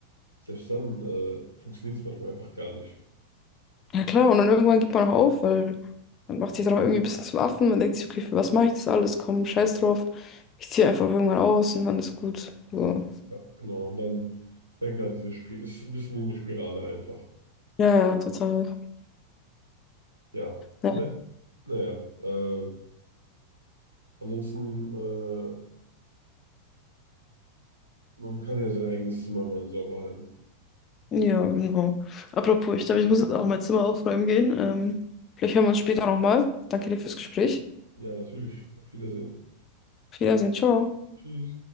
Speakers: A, on the right; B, on the left.
A: selbst dann äh, funktioniert es manchmal einfach gar nicht.
B: Ja klar, und dann irgendwann gibt man auch auf, weil man macht sich dann auch irgendwie ein bisschen zum Affen. Man denkt sich, okay, für was mache ich das alles? Komm, scheiß drauf. Ich ziehe einfach irgendwann aus und dann ist gut. So.
A: Ja, genau. Und dann fängt halt diese Spiel, ist ein bisschen wie eine Spirale einfach.
B: Ja, ja, total.
A: Ja.
B: Ja,
A: Ne, naja. Äh, ansonsten. äh, Man kann ja sein eigenes Zimmer mal sauber halten.
B: Ja, genau. Apropos, ich glaube, ich muss jetzt auch mein Zimmer aufräumen gehen. Ähm, vielleicht hören wir uns später nochmal. Danke dir fürs Gespräch.
A: Ja, natürlich. Auf Wiedersehen.
B: Auf Wiedersehen, ciao.
A: Tschüss.